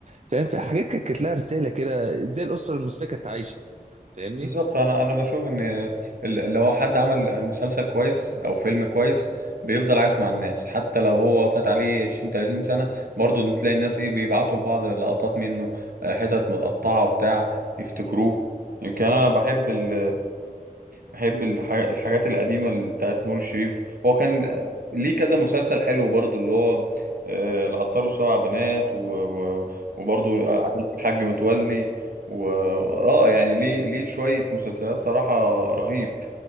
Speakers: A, on the right; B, on the right.
A: فاهم في حاجات كانت كانت لها رساله كده زي الاسره المصريه كانت عايشه فاهمني
B: بالظبط انا انا بشوف ان ال- لو حد عمل مسلسل كويس او فيلم كويس بيفضل عايش مع الناس حتى لو هو فات عليه 20 30 سنه برضو تلاقي الناس ايه بيبعتوا لبعض لقطات منه آه، حتت متقطعه وبتاع يفتكروه يمكن انا بحب ال بحب الح- الحاجات القديمه اللي بتاعت نور الشريف هو كان ليه كذا مسلسل حلو برضو اللي هو آه، العطار وسبع بنات و- و- وبرضو اه عائلة الحاج متولي و اه يعني ليه ليه شوية مسلسلات صراحة رهيب